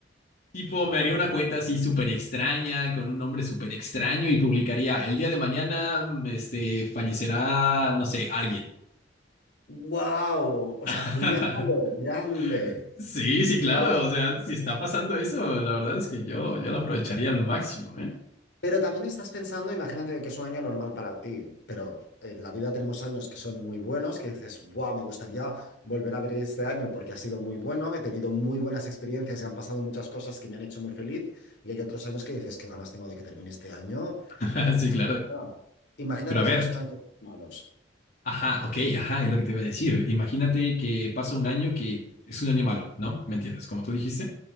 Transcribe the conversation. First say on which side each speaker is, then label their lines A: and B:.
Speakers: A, on the left; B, on the left.
A: Tipo, me haría una cuenta así súper extraña, con un nombre súper extraño y publicaría, el día de mañana, mm, este, fallecerá, no sé, alguien.
B: wow, o sea,
A: <laughs>
B: tú irías a lo grande.
A: Sí, sí,
B: No.
A: claro, o sea, si está pasando eso, la verdad es que yo, yo lo aprovecharía al máximo, ¿eh?
B: Pero también estás pensando, imagínate de que es un año normal para ti, pero en la vida tenemos años que son muy buenos, que dices, ¡buah! Me gustaría volver a ver este año porque ha sido muy bueno, he tenido muy buenas experiencias y han pasado muchas cosas que me han hecho muy feliz. Y hay otros años que dices, ¿qué ganas tengo de que termine este año?
A: <laughs> Sí,
B: Hasta
A: claro.
B: mañana". Imagínate
A: Pero a
B: de
A: ver.
B: que es un año de malos.
A: Ajá, ok, ajá, es lo que te iba a decir. Imagínate que pasa un año que es un año malo, ¿no? ¿Me entiendes? Como tú dijiste,